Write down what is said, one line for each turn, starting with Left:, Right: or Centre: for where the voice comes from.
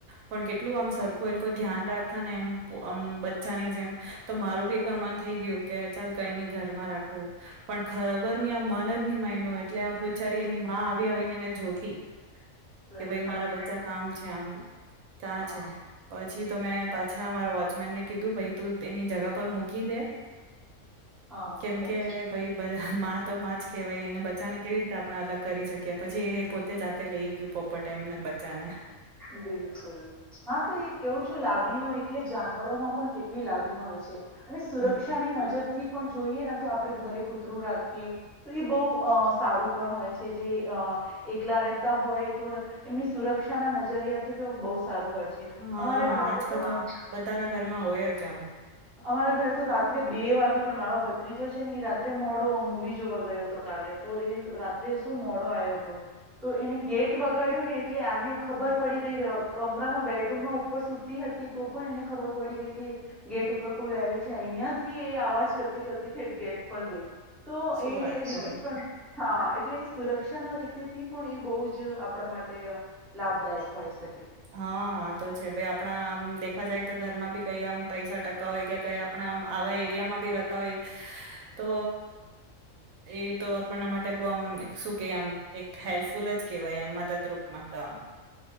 Right: પણ કેટલું આમ સરખું એલ ધ્યાન રાખતા ને એમ આમ બચ્ચાની જેમ. તો મારું બી એકરમાન થઈ ગયું. <inaudible> કઈની ઘરમાં રાખવું. પણ ખરાબર ની આ મન જ ની મા ન એટલે આ બચારી એની આવી આવી ને એને જોતી.
Centre: હા
Right: કે ભાઈ
Centre: સાચું
Right: મારા બચ્ચા કામ છે આમ કા
Centre: હા
Right: છે પછી તો મેં પાછા મારા વોચમેન ને કીધું ભાઈ તું તેની જગા પર મૂકી દે.
Centre: હા
Right: કેમ
Centre: સાચું
Right: કે ભાઈ બધા મા તો માં જ કહેવાય એને બચાને કેવી રીતે આપણે અલગ કરી શકીએ પછી એ પોતે જાતે લઈ ગયું પોપરટે એમને. બચ્ચાને
Centre: બિલકુલ હા તો એ કેવું છે. ું લાગણીઓ એટલે જાનવરોમાં પણ કેટલી લાગણીઓ હોય છે. અને સુરક્ષા
Right: હમ
Centre: ની નજર થી પણ જોઈએ તો આપણે ઘરે કૂતરું રાખીએ તો એ બહુ સારું પણ હોય છે જે એકલા રહેતા હોય તો એમની સુરક્ષ. કક્ષાના નજરિયા થી બહુ સારું હોય છે.
Right: હા
Centre: અમારે
Right: આજકાલ
Centre: ઘરે હા
Right: તો બધાના ઘરમાં હોય જ આમ.
Centre: અમારા ઘરે તો રાત્રે બે વાગે પણ મારો ભત્રીજો છે ને એ રાત્રે મોડો મૂવી જોવા ગયો હતો કાલે તો એ રાત્રે શું મોડો આવ્યો હતો તો એને ગેટ વગાડ્યું ને એટલે આને ખબર પડી ગઈ કમરામાં બેડરૂમમાં ઉપર સુતી હતી તો પણ એને ખબર પડી ગઈ કે ગેટ ઉપર કોઈ આવ્યું છે અહિયાં થી એ આવાજ કરતી કરતી ઠે ગેટ પર ગઈ. તો
Right: શું
Centre: એ
Right: વાત કરો
Centre: રી હા એટલે સુરક્ષા છા ના રીતે થી પણ એ બહુ જ આપણા માટે લાભદાયક હોય છે.
Right: હા હ તો છે ભ આપણા આમ દેખા જાય તો ઘરમાં બી કઈ આમ પૈસા ટકા હોય કે કઈ આપણા આમ આવા એરિયામાં બી રહેતા હોય તો એ તો આપણના માટે બહ આમ. શું કે આમ એક હેલ્પફુલ જ કેહેવાય એમ મદદરૂૂપમાં તો આમ.